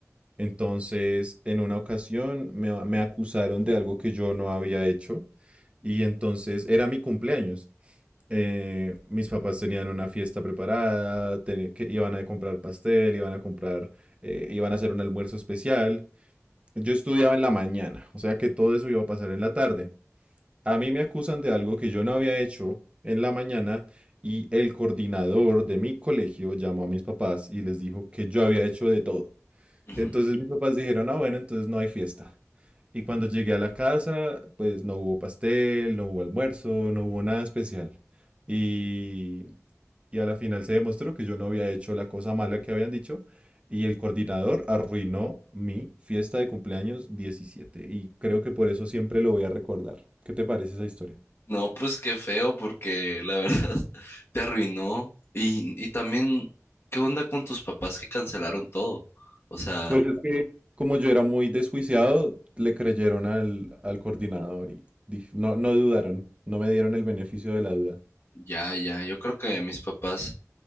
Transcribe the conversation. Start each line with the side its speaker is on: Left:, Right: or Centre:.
Right: Entonces, en una ocasión me, me acusaron de algo que yo no había hecho. Y entonces era mi cumpleaños. Eh, mis papás tenían una fiesta preparada, teni- que iban a comprar pastel, iban a comprar, eh, iban a hacer un almuerzo especial. Yo estudiaba en la mañana, o sea que todo eso iba a pasar en la tarde. A mí me acusan de algo que yo no había hecho en la mañana y el coordinador de mi colegio llamó a mis papás y les dijo que yo había hecho de todo.
Left: Ujú.
Right: Entonces mis papás dijeron, ah, bueno, entonces no hay fiesta. Y cuando llegué a la casa, pues no hubo pastel, no hubo almuerzo, no hubo nada especial. Y, y a la final se demostró que yo no había hecho la cosa mala que habían dicho. Y el coordinador arruinó mi fiesta de cumpleaños 17. Y creo que por eso siempre lo voy a recordar. ¿Qué te parece esa historia?
Left: No, pues qué feo, porque la verdad <laughs> te arruinó. Y, y también, ¿qué onda con tus papás que cancelaron todo? O sea,
Right: Pues es que, Como yo era muy desjuiciado, le creyeron al, al coordinador y dif- no, no dudaron, no me dieron el beneficio de la duda.
Left: ya, ya, yo creo que mis papás,